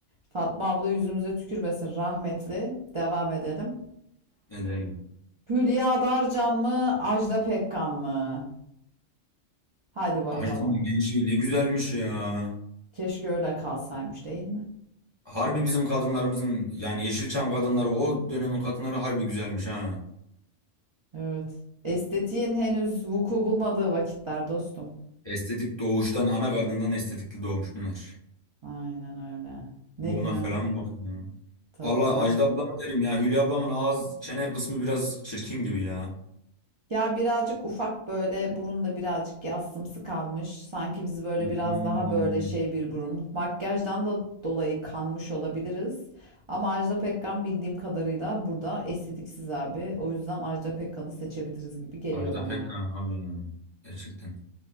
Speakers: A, on the right; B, on the left.
A: Fatma abla yüzümüze tükürmesin rahmetli. Devam edelim.
B: Edelim.
A: Hülya Darcan mı, Ajda Pekkan mı? Hadi bakalım.
B: Hacı'nın gençliği ne güzelmiş ya.
A: Keşke öyle kalsaymış değil mi?
B: Harbi bizim kadınlarımızın yani Yeşilçam kadınları o dönemin kadınları harbi güzelmiş ha.
A: Evet. Estetiğin henüz vuku bulmadığı vakitler dostum.
B: Estetik doğuştan ana karnından estetikli doğmuş bunlar.
A: Aynen öyle. Ne
B: Buruna
A: diyorsun?
B: falan bak ya.
A: Tabii
B: Valla
A: canım.
B: Ajda ablam derim ya. Hülya ablamın ağız çene kısmı biraz çirkin gibi ya.
A: Ya birazcık ufak böyle burunla birazcık yassımsı kalmış. Sanki bizi böyle
B: Hmm.
A: biraz daha böyle şey bir burun. Makyajdan da dolayı kanmış olabiliriz. Ama Ajda Pekkan bildiğim kadarıyla burada estetiksiz abi. O yüzden Ajda Pekkan'ı seçebiliriz gibi geliyor
B: Ajda
A: bana.
B: Pekkan abi ya. Gerçekten.